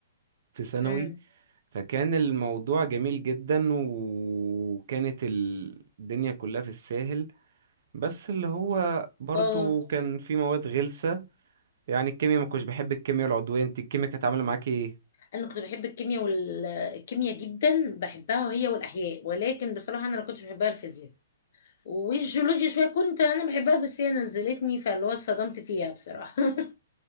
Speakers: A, on the right; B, on the left.
A: في ثانوي
B: امم
A: فكان الموضوع جميل جدا وكانت ال- الدنيا كلها في الساهل بس اللي هو برضو
B: اه
A: كان في مواد غلسة يعني الكيمياء ما كنتش بحب الكيمياء العضوية انت الكيمياء كانت عاملة معاكي ايه؟
B: انا كنت بحب الكيمياء والكيمياء جدا بحبها هي والاحياء ولكن بصراحه انا ما كنتش بحبها الفيزياء والجيولوجيا شويه كنت انا بحبها بس هي نزلتني فاللي هو اتصدمت فيها بصراحه <laughs>